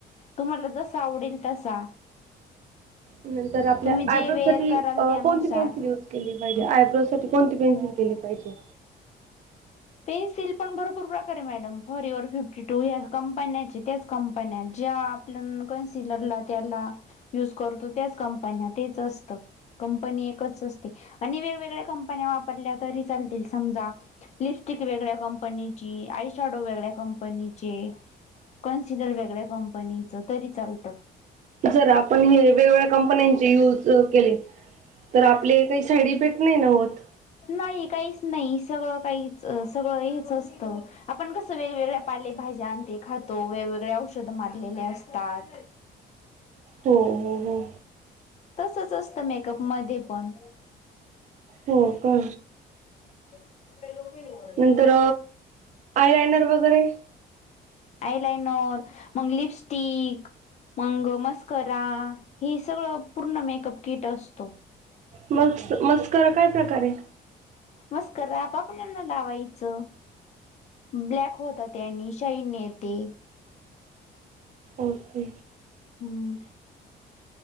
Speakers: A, on the left; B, on the right.
A: तुम्हाला जसा आवडेल तसा.
B: नंतर आपल्या
A: तुम्ही जे
B: आयब्रोज
A: वेअर
B: साठी
A: कराल त्यानुसार
B: कोणती पेन्सिल यूज केली पाहिजे. आयब्रोज साठी कोणती पेन्सिल केली पाहिजे.
A: पेन्सिल पण भरपूर प्रकारे madam. Forever fifty two ह्या कंपन्याचे त्याच कंपन्या ज्या आपल्या कन्सिलरला त्याला, युज करतो त्याच कंपन्या तेच असतं. कंपनी एकच असते आणि वेगवेगळ्या कंपन्या वापरल्या तरी चालतील समजा, लिपस्टिक वेगळ्या कंपनीची आय शॅडो वेगळ्या कंपनीचे कन्सिलर वेगळ्या कंपनीचं तरी चालतं.
B: जरा आपण हे वेगवेगळ्या कंपन्यांचे यूज केले. तर आपले काही साईड इफेक्ट नाही ना होत.
A: नाही काहीच नाही सगळं काहीच सगळं हेच असतं. आपण कसं वेगवेगळ्या पालेभज्या आणि ते खातो वेगवेगळ्या औषध मारलेले असतात.
B: हो हो हो
A: तसच असतं मेकअप मध्ये पण.
B: हो का?
A: <unintelligible>
B: तर आयलायनर वगैरे
A: आयलायनर मग लिपस्टिक मंग मस्करा हे सगळं पूर्ण मेकअप किट असतो.
B: मग मस्करा काय प्रकार आहे?
A: मस्करा पापण्यांना लावायचं. ब्लॅक होता त्यांनी शाईन येते.
B: ओके.
A: हम्म.